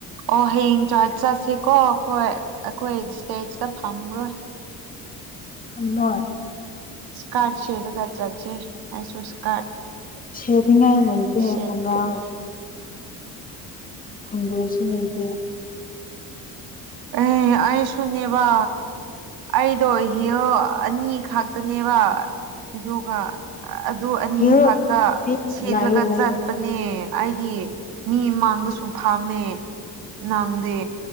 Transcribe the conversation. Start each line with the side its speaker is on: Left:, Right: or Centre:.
Right: ꯑꯣ ꯍꯌꯦꯡ ꯆꯥꯔꯆ ꯆꯠꯁꯤꯀꯣ ꯑꯩꯈꯣꯏ ꯑꯩꯈꯣꯏ ꯏꯁꯇꯦꯠꯇ ꯐꯝꯔꯣꯏ
Left: ꯐꯝꯃꯣꯏ
Right: ꯁꯀꯥꯠꯁꯗꯨꯒ ꯆꯦ ꯑꯁꯨ ꯁꯀꯥ
Left: ꯁꯦꯗꯤꯉꯥꯏ ꯂꯩꯇꯦ
Right: ꯁꯦꯠꯀꯅꯤ
Left: ꯀꯣꯡꯒꯥ꯭ꯔꯥꯎ ꯈꯣꯡꯒꯁꯨ ꯂꯩꯇꯦ
Right: ꯑ ꯑꯩꯁꯨꯅꯤꯕ ꯑꯩꯗꯣ ꯍꯤ ꯑꯅꯤ ꯈꯛꯇꯅꯦꯕ ꯑꯗꯨꯒ ꯑꯗꯨ ꯑꯅꯤ
Left: ꯍꯦꯔꯣ
Right: ꯈꯥꯛꯇ ꯁꯦꯠꯂꯒ
Left: ꯂꯥꯛꯏ ꯂꯩ
Right: ꯆꯠꯄꯅꯦ ꯑꯩꯗꯤ ꯃꯤ ꯃꯥꯡꯕꯁꯨ ꯐꯝꯃꯦ ꯅꯪꯗꯦ